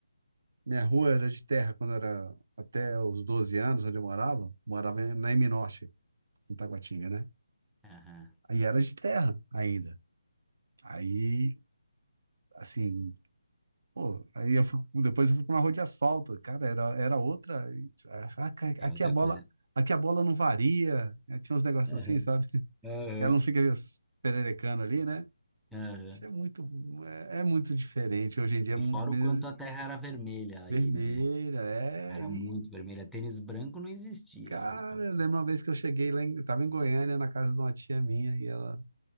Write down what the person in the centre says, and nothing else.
Aham.
É
outra
coisa.
Aham.
Aham.
Aham.
E
fora o quanto a terra era vermelha aí,
né? Era
muito vermelha. Tênis branco não existia,
roupa branca.